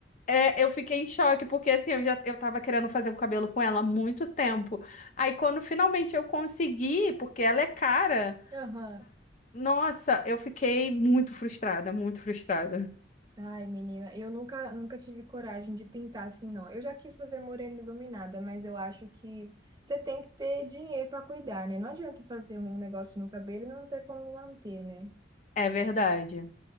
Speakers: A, on the left (about 40°); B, on the right (about 20°).
A: É, eu fiquei em choque, porque assim, eu já eu tava querendo fazer o cabelo com ela há muito tempo. Aí quando finalmente eu consegui, porque ela é cara,
B: Aham.
A: nossa, eu fiquei muito frustrada, muito frustrada.
B: Ai, menina, eu nunca, nunca tive coragem de pintar assim, não. Eu já quis fazer morena iluminada, mas eu acho que você tem que ter dinheiro para cuidar, né? Não adianta fazer um negócio no cabelo e não ter como manter, né?
A: É verdade,